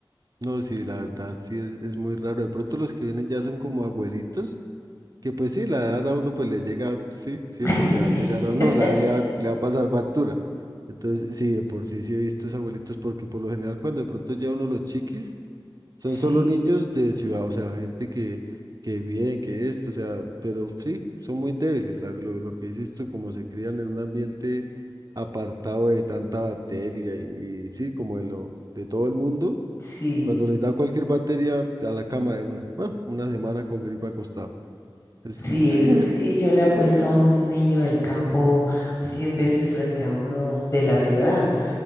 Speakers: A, on the right (about 45°); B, on the left (about 35°).
A: No, sí, la verdad, sí, es, es muy raro. De pronto los que vienen ya son como abuelitos, que pues sí, la edad a uno pues le llega, sí, siempre
B: <laughs>
A: le va a llegar a uno, <laughs> la edad
B: Sí,
A: le va, le va a pasar factura. Entonces, sí, de por sí sí he visto esos abuelitos, porque por lo general cuando de pronto ya uno los chiquis, son
B: Sí,
A: solo niños de ciudad, o sea, gente que, que bien, que esto, o sea, pero sí, son muy débiles. la- lo, lo que dices tú, como se crían en un ambiente apartado de tanta bacteria y, y sí, como de lo, de todo el mundo
B: sí.
A: cuando les da cualquier bacteria a la cama de una. Bueno, una semana con gripa acostado. Eso
B: Sí,
A: Es-
B: eso sí,
A: <laughs>
B: yo le apuesto a un niño del campo 100 veces frente a uno de la ciudad.